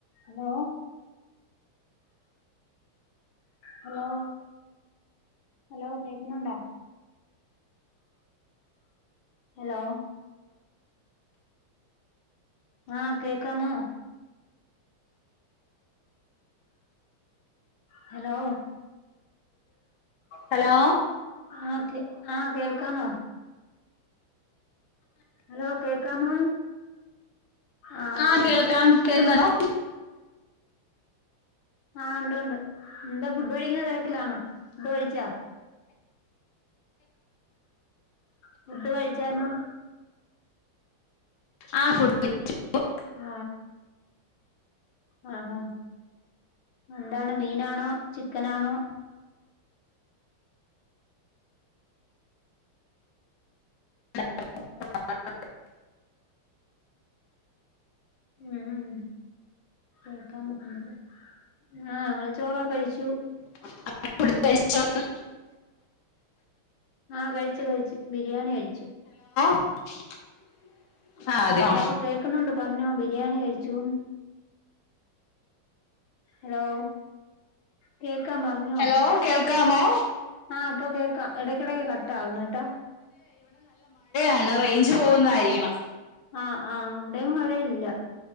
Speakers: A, on the left; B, on the left.
A: Hello hello hello കേൾക്കുന്നുണ്ടോ hello ആ കേക്കാമോ ഹലോ
B: ഹലോ
A: ആ. ആ കേൾക്കാമോ ഹലോ കേക്കാമോ ആഹ്
B: ആ കേൾക്കാം പരുന്നണോ
A: ആ ഉണ്ട് ഉണ്ട് എന്താ ഫുഡ് കഴിക്കുന്ന തിരക്കിലാണോ ഫുഡ് കഴിച്ചാ ഫുഡ് കഴിച്ചാരുന്നു
B: ആ ഫുഡ് <unintelligible>
A: ആ ആ. എന്താണ് മീനാണോ ചിക്കനാണോ
B: <unintelligible>
A: ഉം കേൾക്കാൻ പറ്റുന്നില്ല ആ ഞങ്ങ ചോറൊക്കെ കഴിച്ചു
B: <unintelligible>
A: ആ കഴിച്ചു കഴിച്ചു ബിരിയാണി കഴിച്ചു
B: <unintelligible> അതെയോ
A: ഹലോ കേക്കുന്നുണ്ട് പറഞ്ഞോ ബിരിയാണി കഴിച്ചു ഹലോ കേ കേക്കാ പറഞ്ഞോ
B: ഹലോ കേൾക്കാമോ
A: ആഹ് ഇപ്പൊ കേക്കാം ഇടക്കിടക്ക് കട്ടാവിന്ട്ട
B: ആണ് റേഞ്ച് പോകുന്നതായിരിക്കണം
A: ആ ആ അവിടെും മഴയില്ല